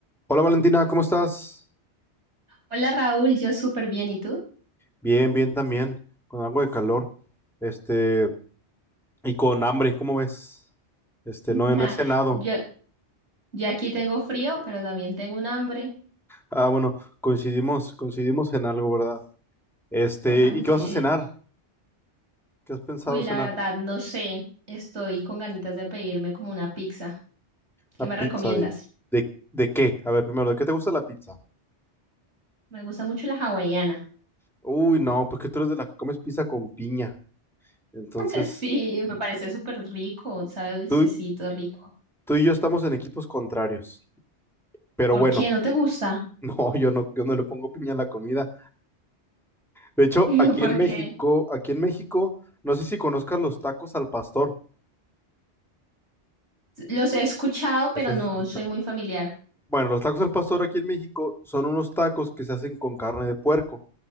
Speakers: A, in the centre; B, on the right.
A: Hola Valentina, ¿cómo estás?
B: Hola Raúl, yo súper bien, ¿y tú?
A: Bien, bien también, con algo de calor, este, y con hambre, ¿cómo ves? Este,
B: <laughs>
A: no, he- no he cenado.
B: Yo, yo aquí tengo frío, pero también tengo un hambre.
A: Ah, bueno, coincidimos, coincidimos en algo, ¿verdad? Este,
B: <laughs> Así
A: ¿y qué vas a cenar?
B: es.
A: ¿Qué has pensado
B: Uy, la
A: cenar?
B: verdad, no sé, estoy con ganitas de pedirme como una pizza. ¿Qué
A: Una
B: me
A: pizza
B: recomiendas?
A: de, de, ¿de qué? A ver, primero, ¿de qué te gusta la pizza?
B: Me gusta mucho la hawaiana.
A: Uy, no, porque tú eres de la que comes pizza con piña. Entonces,
B: <laughs> Sí, me parece súper rico, sabe dulcecito,
A: tú,
B: rico.
A: tú y yo estamos en equipos contrarios. Pero
B: ¿Por
A: bueno,
B: qué no te gusta?
A: <laughs> no, yo no, yo no le pongo piña a la comida. De hecho,
B: <laughs>
A: aquí
B: Porque
A: en México, aquí en México, no sé si conozcas los tacos al pastor.
B: los he escuchado, pero
A: ¿Los has
B: no
A: escuchado?
B: soy muy familiar.
A: Bueno, los tacos al pastor aquí en México son unos tacos que se hacen con carne de puerco,